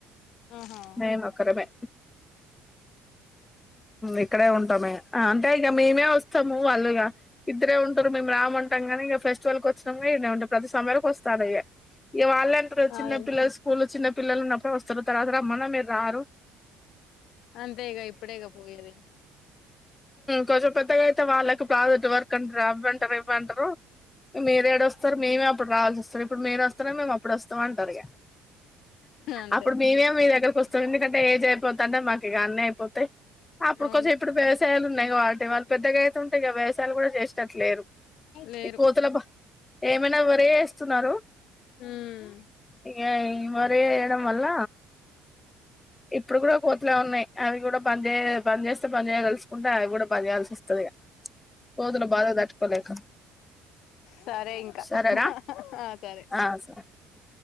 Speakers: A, on the left (about 55°); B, on the left (about 20°).
A: ఆహా
B: మేం ఒక్కరమే ఇక్కడే ఉంటామే అంటే ఇగ మేమే వస్తాము వాళ్ళుగా ఇద్దరే ఉంటారు మేము రాము అనుకుంటాం కానీ ఇక ఫెస్టివల్ కి వచ్చినం ఈనే ఉంటాం ప్రతి సమ్మర్ కి వస్తాడు ఇగ వాళ్లే అంటారు చిన్నపిల్లల
A: అదేలే
B: స్కూల్ చిన్నపిల్లల పిల్లలు ఉన్నప్పుడే వస్తున్నారు తర్వాత రమ్మన్నా మీరు రారు
A: అంతేగా ఇప్పుడేగా పోయేది
B: కొంచం పెద్దగా అయితే వాళ్ళకి ప్రాజెక్ట్ వర్క్ అంటారు అవ్వంటారు రేపు అంటారు మీరే ఏడుస్తారు మేమే అప్పుడు రావాల్సి సో ఇప్పుడు మీరు వస్తారు మేము అప్పుడు వస్తాము అంటారు ఇగ
A: అంతే
B: అప్పుడు మమే మీ దగ్గరకు వస్తాం ఎందుకంటే ఏజ్ అయిపోతు అంటే మాకు ఇక అన్న అయిపోతాయి అప్పుడు
A: అవును
B: కొంచం ఇప్పుడు వ్యవసయాలు ఉన్నాయి వాటి వాళ్ళు పెద్దగా అయితుంటే వ్యవసయాలు కూడా చేసేటట్టు లేదు
A: లేరు
B: ఈ కోతుల ఏమైనా వరే వేస్తున్నారు
A: ఉమ్
B: ఇగ ఈ వరి వేయడం వల్ల ఇప్పుడు కూడా కోతులే ఉన్నాయి అవి కూడా బంద్ చే బంద్ చేస్తే బంద్ తలుచుకుంటే అవి కూడా బంద్ చేయాల్సి వస్తుంది ఇగ కోతుల బాధ తట్టుకోలేక
A: సరే ఇంకా
B: సరేరా
A: ఆ సరే
B: ఆ సరే ఓకే